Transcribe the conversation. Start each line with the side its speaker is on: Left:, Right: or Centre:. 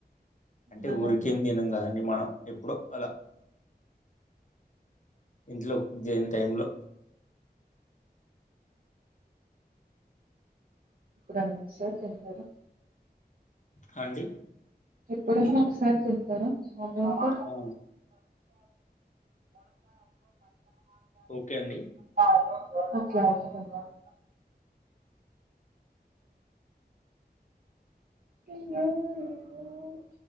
Left: అంటే
Right: నా-
Left: ఊరికేం తినం కదండి మనం ఎప్పుడో అలా ఇంట్లో జెన్ టైంలో
Right: రెండు నిమిషాలు తింటారు
Left: హాండీ
Right: ఎప్పుడైనా ఒకసారి తింటారా ఆన్లైన్లో
Left: ఆ! ఓకే అండి
Right: <unintelligible> ఒకే <unintelligible> అయ్యో అయ్యో